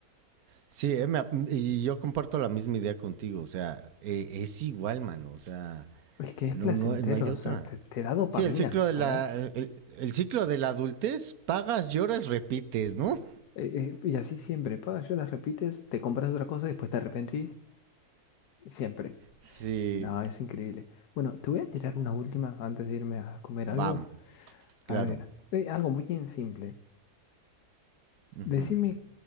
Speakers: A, on the right; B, on the left.
A: Sí, eh, me ap- y yo comparto la misma idea contigo. O sea, eh, es igual, mano. O sea,
B: Es que es
A: no,
B: placentero,
A: no, no hay otra.
B: o sea, te, te da dopamina
A: Sí, el ciclo de
B: pagar.
A: la, el, el ciclo de la adultez, pagas, lloras, repites, ¿no?
B: Eh, eh, y así siempre, pagas, yo las repites, te compras otra cosa y después te arrepentís, siempre.
A: Sí,
B: No, es increíble. Bueno, te voy a tirar una última antes de irme a comer algo.
A: Bam, claro.
B: A ver, eh, algo muy bien simple.
A: Ujú.
B: Decime